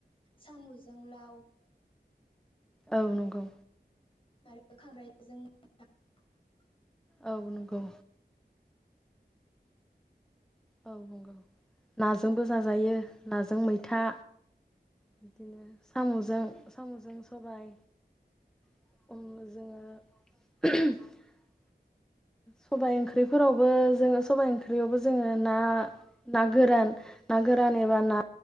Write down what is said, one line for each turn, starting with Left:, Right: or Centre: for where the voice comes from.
Left: सामु जों लाउ
Centre: औ नंगौ
Left: आरो खांख्रायजों <unintelligible>
Centre: औ नंगौ औ नंगौ नाजोंबो जाजायो नाजों मैथा बिदिनो साम'जों
Left: नोंथां
Centre: साम'जों सबाय <unintelligible> सबाय ओंख्रिफोरावबो जो सबाइ ओंख्रियावबो जोङो ना ना गोरान ना गोरान एबा ना